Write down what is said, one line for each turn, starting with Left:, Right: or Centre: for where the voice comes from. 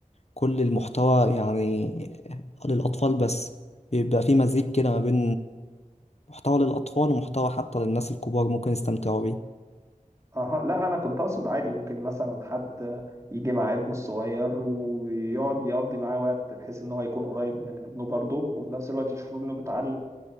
Left: كل المحتوى يعني للأطفال بس يبقى في مزيج كده ما بين محتوى للأطفال ومحتوى حتى للناس الكبار ممكن يستمتعوا بيه
Right: اها لا انا كنت اقصد عادي ممكن مثلا حد يجي مع ابنه الصغير ويقعد يقضي معاه وقت بحيث ان هو يكون قريب من ابنه برضه وفي نفس الوقت يشوف ابنه بيتعلم